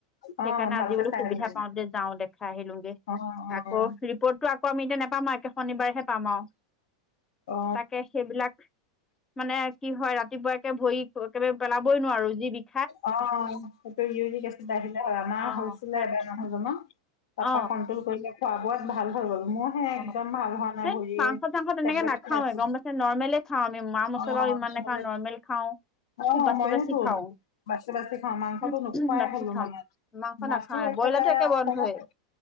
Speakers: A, on the left (about 75°); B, on the left (about 15°).
A: অ
B: সেইকাৰণে
A: অ ভালকে
B: আজি বোলো
A: চাই
B: সুবিধা
A: আহিবা
B: পাওঁতে যাওঁ দেখাই আহিলোঁগে
A: অ অ
B: আকৌ ৰিপ'ৰ্ট টো আকৌ আমি এতিয়া নেপাম আৰ একে শনিবাৰেহে পাম আৰু
A: অ
B: তাকে সেইবিলাক মানে কি হয় ৰাতিপুৱা একে ভৰি একেবাৰে পেলাবই নোৱাৰোঁ যি বিষ
A: অ' সিটো ইউৰিক এচিড বাঢ়িলে হয় আমাৰ
B: অ
A: হৈছিলে
B: তাত
A: এবাৰ মানুহজনৰ। তাৰপা
B: অ
A: কণ্ট্ৰল কৰিলে খোৱা- বোৱাত ভাল হৈ গ'ল মোৰ হে একদম
B: অ'
A: ভাল হোৱা নাই
B: <unintelligible>
A: ভৰিয়ে
B: মাংস- চাংস তেনেকে
A: টেবলেট
B: নাখাওৱে
A: খাই আছো
B: গম <unintelligible> নৰ্মলে খাও আমি মা মছলাও
A: অ
B: ইমান
A: টেবলেট
B: নে খা নৰ্মেল খাওঁ,
A: অ',
B: খুব বাচি,
A: ময়োতো
B: বাচি খাওঁ।
A: বাচি বাচি খাওঁ, মাংসটো
B: <unintelligible>
A: নোখোৱাই
B: বাছি
A: হ'লো
B: খাওঁ
A: মানে।
B: মাংস
A: মাছো
B: নাখাওঁৱে
A: একেবাৰে
B: ব্ৰইলাৰটো একে
A: অসমত
B: বন্ধয়েই